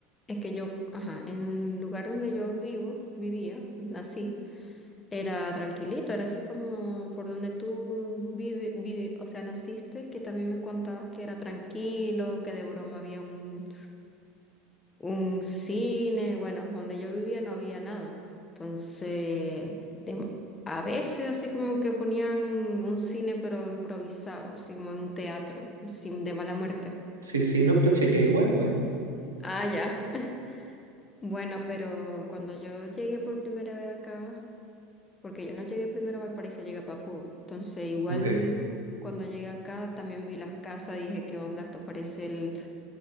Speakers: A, on the left; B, on the right.
A: es que yo, ajá, en el lugar donde yo vivo, vivía, nací, era tranquilito, era así como por donde tú vive, vive, o sea, naciste, que también me contabas que era tranquilo, que de broma había un un cine, bueno, donde yo vivía no había nada. Entonces, de- a veces así como que ponían un cine pero improvisado, así como en un teatro, así de mala muerte.
B: Sí, sí, no, pero si allá igual, pues.
A: Ah, ya. <laughs> Bueno, pero cuando yo llegué por primera vez acá, porque yo no llegué primero a Valparaíso, llegué a Papudo. Entonces, igual
B: Ok.
A: cuando llegué acá también vi las casas, dije, ¿qué onda? Esto parece el,